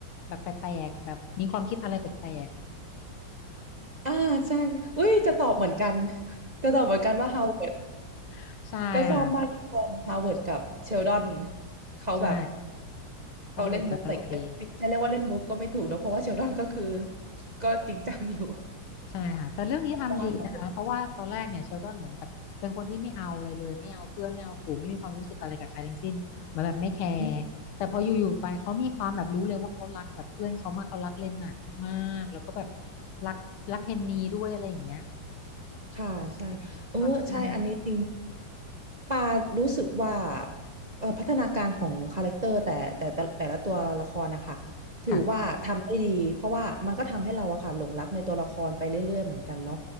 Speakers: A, on the left; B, on the right.
A: แบบแปลกๆแบบมีความคิดอะไรแปลก
B: อ่าใช่อุ้ยจะตอบเหมือนกันจะตอบเหมือนกันว่าเฮาเหมือน
A: ๆใช่ค่ะ
B: แล้วชอบมากที่ตอนฮาวเวิร์ดกับเชลดอนเขาแบบ
A: ใช่
B: เขาเล่นมุกแต่เอ้ยจะเรียกว่าเล่นมุกก็ไม่ถูกเนอะเพราะว่าเชลดอนก็คือ
A: ตลกอะตลกดี
B: ก็จริงจังอยู่
A: ใช่ค่ะแต่เรื่องนี้ทำดีนะคะเพราะว่าตอนแรกเนี่ยเชลดอนเหมือนแบบเป็นคนที่ไม่เอาอะไรเลยไม่เอาเพื่อนไม่เอาฝูงไม่มีความรู้สึกอะไรกับใครทั้งสิ้นเหมือนแบบไม่แคร์แต่พออยู่ๆไปเขามีความแบบรู้เลยว่าเขารักแบบเพื่อนเขามากเขารักเลนนาร์ดมากๆแล้วก็แบบ
B: <laughs> ชอบมากค่ะผม
A: รักรักเพนนีด้วยอะไรอย่างเงี้ย
B: ค่ะใช่เออใช่อันนี้จริง
A: รักเพื่อน
B: ปารู้สึกว่าเอ่อพัฒนาการของคาแรคเตอร์แต่แต่แต่แต่ละตัวละครนะคะถือว่าทำได้ดีเพราะว่ามันก็ทำให้เราอะค่ะหลงรักในตัวละครไปเรื่อยๆเหมือนกันเนาะ
A: ค่ะ